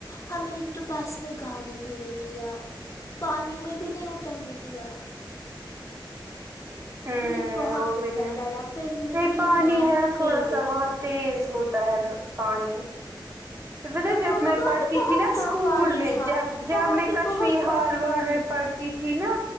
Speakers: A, on the left (about 40°); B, on the right (about 35°).
A: ہمیں ایک تو بس میں گانے بھی نہیں دیا پانی میں بھی نہیں اترنے دیا
B: ہوں
A: مجھے بہت
B: وہ
A: غصہ
B: بھی ہے
A: چڑھا پھر میری
B: نہیں پانی
A: ایک میم
B: ہے نا تھوڑا
A: فیوریٹ
B: سا وہاں تیز ہوتا ہے پانی تو پتا
A: وہاں
B: جب میں
A: وہاں
B: پڑھتی
A: پہ بہت
B: تھی نا
A: کم
B: اسکول
A: پانی
B: میں
A: تھا
B: جب جب
A: وہاں
B: میں
A: پہ
B: کشمیر
A: بہت
B: ہارڈ
A: کم پانی
B: میں پڑھتی
A: تھا
B: تھی تھی نا